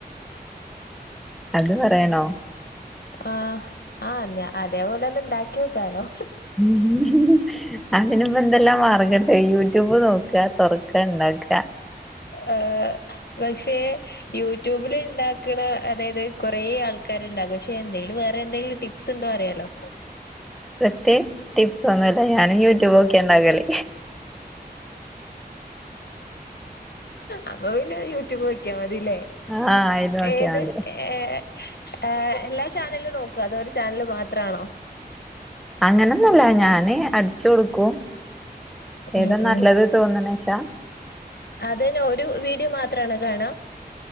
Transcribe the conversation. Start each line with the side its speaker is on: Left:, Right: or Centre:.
Centre: അത് പറയണോ
Left: ആഹ് ആഹ് അതേപോലെന്നെ ഉണ്ടാക്കിയോക്കാലൊ
Centre: ഉം അതിന്പ്പംഎന്തെല്ലാം മാർഗം ഇണ്ട് യൂട്യൂബ് നോക്ക തൊറക്ക ഇണ്ടാക്ക
Left: ആഹ് പക്ഷേ യൂട്യൂബില് ഇണ്ടാക്കണ അതായത് കൊറേ ആൾക്കാര്ണ്ടാകും പക്ഷെ എന്തെങ്കിലും വേറെ എന്തെങ്കിലും ടി പ്സ്ണ്ടോ അറിയാലൊ
Centre: പ്രത്യേ ടിപ്സ് ഒന്നൂല്ല ഞാനും യൂട്യൂബ് നോക്കിയണ്ടാക്കല്
Left: അപ്പൊ പിന്നെ യൂട്യൂബ് നോക്ക്യാ മതില്ലേ
Centre: ആഹ് അയില് നോക്കിയാ
Left: ഏത്
Centre: മതി
Left: ഏ- ഏഹ് എല്ലാ ചാനലും നോക്കോ അതോ ഒരു ചാനല് മാത്ര ആണോ
Centre: അങ്ങനെന്നൊന്നൂല്ല ഞാന് അടിച്ചു കൊടുക്കും ഏതാ
Left: ഉം
Centre: നല്ലത്
Left: ഉം
Centre: തോന്ന്ണ്ച്ചാ
Left: അതന്നെ ഒരു വീഡിയോ മാത്രാണോ കാണാ